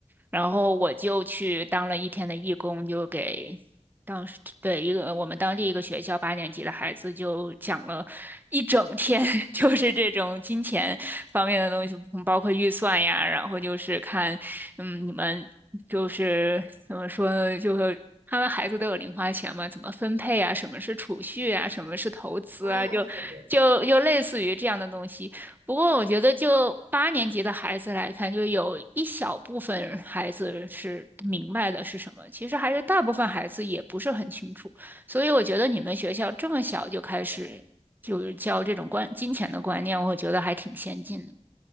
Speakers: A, on the right; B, on the right.
A: 然后我就去当了一天的义工，就给当时对一个我们当地一个学校八年级的孩子就讲了一整天，<laughs> 就是这种金钱方面的东西，包括预算呀，然后就是看，嗯，你们就是怎么说呢，就是他们孩子都有零花钱嘛，怎么分配啊？什么是储蓄啊？什么是投资啊？
B: 啊，
A: 就就就类似于这样的东西。
B: 对对对。
A: 不过我觉得，就八年级的孩子来看，就有一小部分孩子是明白的是什么，其实还是大部分孩子也不是很清楚。所以我觉得你们学校这么小就开始就是教这种观金钱的观念，我觉得还挺先进的。